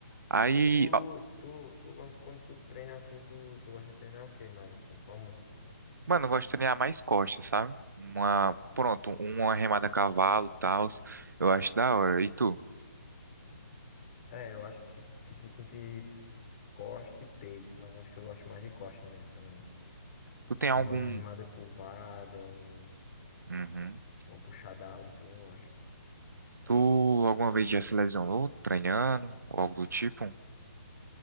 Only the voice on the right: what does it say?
Aí,
ó,
mano, eu gosto de treinar mais costas, sabe? Uma, pronto, uma remada a cavalo, tal. Eu acho da hora. E tu?
Tu tem algum.
Uhum.
Tu alguma vez já se lesionou treinando? Ou algo do tipo?